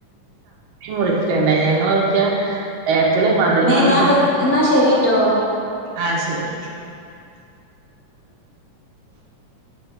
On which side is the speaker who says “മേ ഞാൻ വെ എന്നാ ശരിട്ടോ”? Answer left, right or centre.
Left